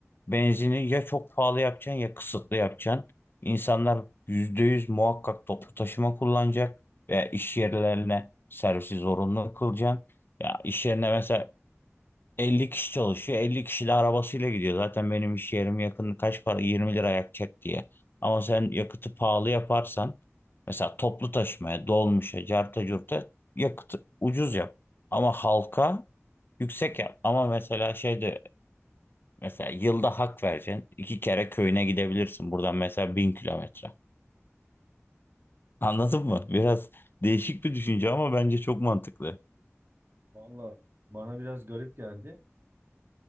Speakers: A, on the left; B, on the right.
A: benzini ya çok pahalı yapacaksın ya kısıtlı yapacaksın. İnsanlar %100 muhakkak toplu taşıma kullanacak veya iş yerlerine servisi zorunlu kılacaksın. Ya iş yerine mesela 50 kişi çalışıyor. 50 kişi de arabasıyla gidiyor. Zaten benim iş yerim yakın kaç para 20 lira yakacak diye. Ama sen yakıtı pahalı yaparsan mesela toplu taşımaya, dolmuşa, carta curta yakıtı ucuz yap. Ama halka yüksek yap. Ama mesela şeyde mesela yılda hak vereceksin. iki kere köyüne gidebilirsin. Buradan mesela 1000 kilometre. Anladın mı? Biraz değişik bir düşünce ama bence çok mantıklı.
B: Valla bana biraz garip geldi.